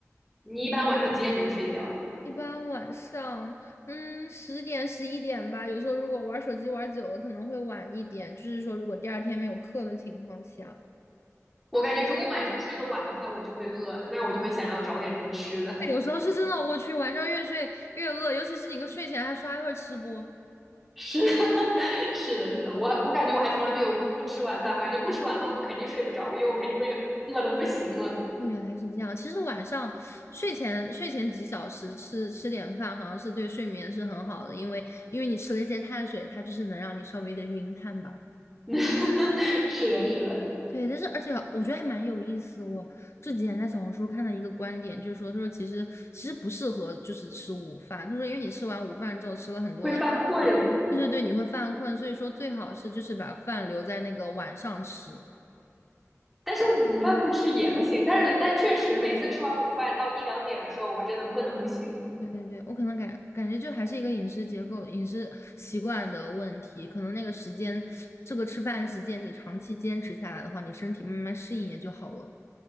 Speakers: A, in the centre; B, on the left.
A: 你一般晚上几点钟睡觉？
B: 一般晚上，嗯，十点十一点吧。有时候如果玩手机玩久了，可能会晚一点。就是说，如果第二天没有课的情况下，
A: 我感觉如果晚上睡得晚的话，我就会饿，那我就会想要找点什么吃的。
B: 哎有时候是真的，我去，晚上越睡越饿，尤其是你跟睡前还刷一会儿吃播。
A: 是 <laughs> 是的，是的，我我感觉我还从来没有不吃晚饭，我感觉不吃晚饭我肯定睡不着，因为我肯定会饿的不行了。
B: 哦，原来是这样。其实晚上睡前睡前几小时吃吃点饭，好像是对睡眠是很好的，因为因为你吃了一些碳水，它就是能让你稍微的晕碳吧。
A: <laughs> 是的，是的，
B: 对，但是而且我觉得还蛮有意思。我这几天在小红书看到一个观点，就是说，他说其实其实不适合就是吃午饭。他说，因为你吃完午饭之后吃了很多的，
A: 会犯困，
B: 对对对，你会犯困，所以说最好是就是把饭留在那个晚上吃。
A: 但是午饭不吃也不行。但是但确实每次吃完午饭到一两点的时候，我真的困的不行。
B: 对对对，我可能感感觉就还是一个饮食结构、饮食习惯的问题，可能那个时间，这个吃饭时间你长期坚持下来的话，你身体慢慢适应也就好了。